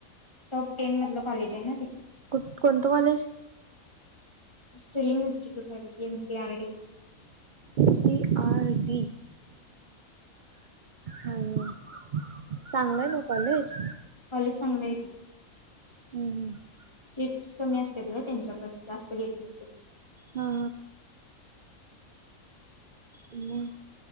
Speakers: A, on the left (about 20°); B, on the right (about 85°).
A: टॉप टेन मधलं कॉलेज आहे ना ते,
B: कुठ कोणतं कॉलेज?
A: स्टिलिंग. इन्स्टिट्यूट आहे बघ N C R D
B: C R D. हम चांगलंय ना कॉलेज?
A: काॅलेज चांगलं की,
B: हम् हम...
A: सीट्स कमी असतात गं त्यांच्याकडं जास्त घेत नाही ती....
B: हा... मग...